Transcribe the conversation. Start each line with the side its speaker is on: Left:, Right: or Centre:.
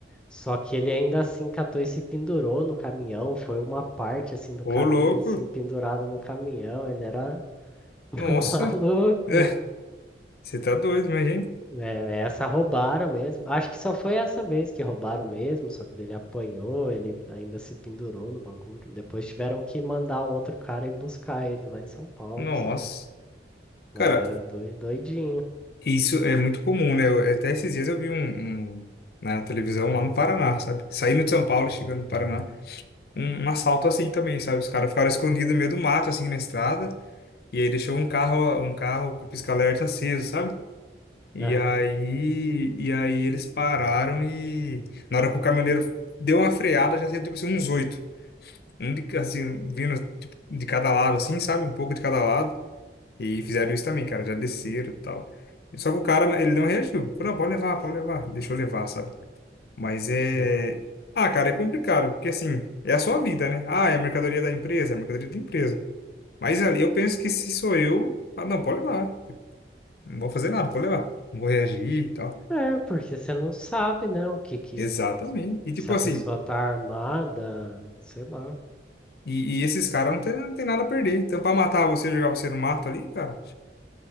Centre: Só que ele ainda assim catou e se pendurou no caminhão. Foi uma parte assim do
Left: Ô,
Centre: caminho,
Left: louco.
Centre: assim, pendurado no caminhão. Ele era <laughs>
Left: Nossa.
Centre: maluco.
Left: <laughs> É, você tá doido, imagina.
Centre: É, essa roubaram mesmo. Acho que só foi essa vez que roubaram mesmo, só que dele apanhou, ele ainda se pendurou no bagulho. Depois tiveram que mandar um outro cara ir buscar ele lá em São Paulo,
Left: Nossa.
Centre: sabe? Mas
Left: Cara,
Centre: era doi- doidinho.
Left: Isso é muito comum, né? Eu- até esses dias eu vi um, um- na televisão lá no Paraná, sabe? Saindo de São Paulo, chegando no Paraná, um, um assalto assim também, sabe? Os caras ficaram escondidos no meio do mato, assim, na estrada, e aí deixou um carro, um carro com o pisca-alerta aceso, sabe? E
Centre: Aham,
Left: aí, e aí eles pararam e na hora que o caminhoneiro deu uma freada, já saiu tipo assim uns oito. Um de, assim, vindo tipo, de cada lado, assim, sabe? Um pouco de cada lado. E fizeram isso também, cara, já desceram e tal. Só que o cara, ele não reagiu. Falou, não, pode levar, pode levar, deixa eu levar, sabe? Mas é.
Centre: sei.
Left: Ah, cara, é complicado, porque assim, é a sua vida, né? Ah, é a mercadoria da empresa, é a mercadoria da empresa. Mas ali eu penso que se sou eu, ah, não, pode levar. Não vou fazer nada, pode levar. Não vou reagir e tal.
Centre: É, porque você não sabe, né, o que que...
Left: Exatamente. E tipo
Centre: Se a
Left: assim,
Centre: pessoa tá armada, sei lá,
Left: e, e esses caras não tem, não tem nada a perder. Então, pra matar você, jogar você no mato ali, cara,